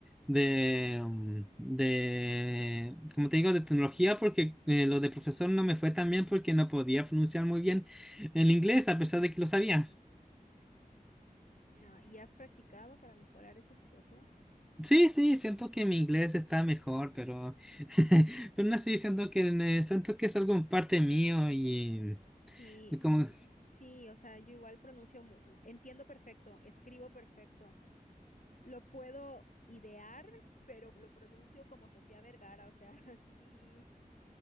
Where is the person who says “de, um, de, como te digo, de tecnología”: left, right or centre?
Centre